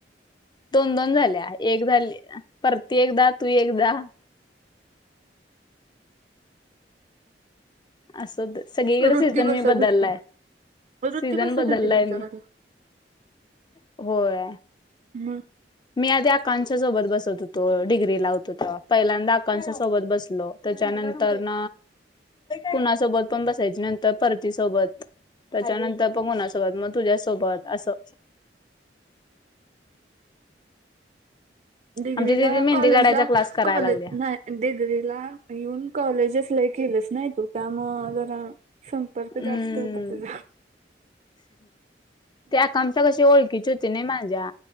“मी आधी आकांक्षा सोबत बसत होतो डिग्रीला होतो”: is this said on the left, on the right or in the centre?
Left